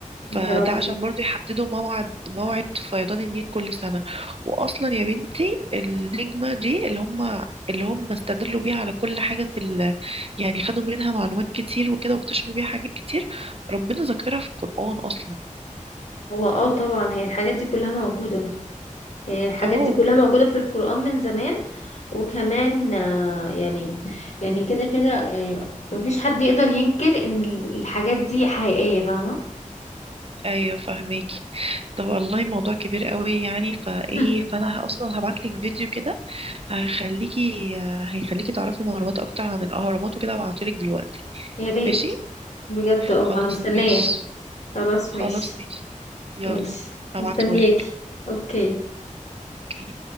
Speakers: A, on the left; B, on the right.
A: يا
B: فده
A: ربي
B: عشان برضو يحددوا موعد موعد فيضان النيل كل سنة وأصلا يا بنتي النجمة دي اللي هم اللي هم استدلوا بيها على كل حاجة في ال... يعني خدوا منها معلومات كتير وكده واكتشفوا بيها حاجات كتير ربنا ذكرها في القرآن أصلا
A: هو اه طبعا هي الحاجات دي كلها موجودة يعني الحاجات
B: أهو
A: دي كلها موجودة في القرآن من زمان وكمان آه، يعني يعني كده كده يعني مفيش حد يقدر ينكر ان الحاجات دي حقيقية فاهمة
B: أيوة فهميكي طب والله موضوع كبير قوي يعني فإيه
A: <laughs>
B: فأنا أصلا هبعتلك فيديو كده هيخليكي هيخليكي تعرفي معلومات أكتر عن الأهرامات وكده هبعتهولك دلوقتي
A: يا ريت
B: ماشي
A: بجد اه
B: خلاص
A: انا مستنية
B: ماشي
A: خلاص
B: خلاص
A: ماشي
B: ماشي يلا
A: ماشي
B: هبعتهولك
A: مستنياكي اوكي
B: اوكي